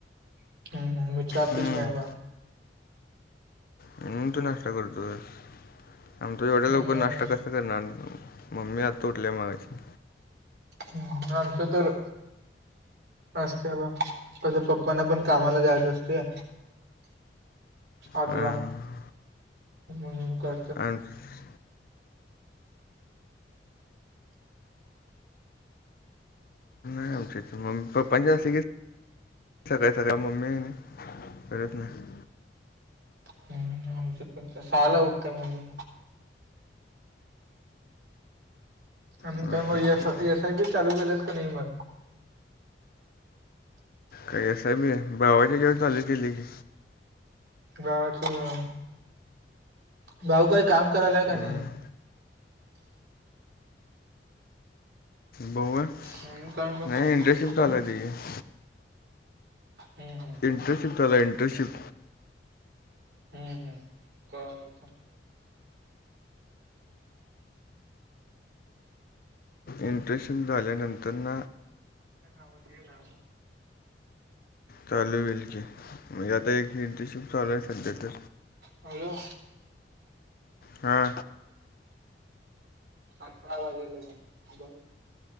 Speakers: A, on the right (about 65°); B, on the left (about 55°).
A: हम्म हम्म, मी चहा
B: हम्म.
A: पित नाही बा
B: म्हणून तू नाश्ता करतोय आमचा एवढ्या
A: हम्म
B: लवकर नाश्ता क सा करणार मम्मी आता उठल्या मागाशी.
A: हम् आमचं तर असस्ते अबा तस पप्पना पण कामाला जायचं असतय आठला
B: हां
A: म्हणून कर
B: <unintelligible> <unintelligible> पापाच अस आहे की सकाळी सकाळी मम्मी करत नाही.
A: हम्म, सहाला उठत्या मम्मी. आणि
B: भरपूर
A: काय मग, एस
B: शेती.
A: आ एस आय बी चालू केलंस काय नाही मग?
B: काय एस आय बी? भावाच्या हेच्यावर चालू केली की.
A: भावाच व्हय, भाऊ काय काम करायलाय काय
B: हम्म.
A: नाही?
B: बाऊ व्हय?
A: म्हणून काय मग
B: नाही इंटर्नशिप चालू
A: हम्म
B: आहे त्याची.
A: हम्-हम.
B: इंटर्शिप चालूय इंटर्शिप.
A: हम्-हम्. कॉल आला थांब.
B: इंटर्नशिप झाल्यानंतरन
A: त्या गावात गेला आता.
B: चालू होईल की म्हणजे आता एक इंटरशिप चालू आहे सध्या तर
A: हॅलो.
B: हा.
A: आता आवाज येलाय बघ.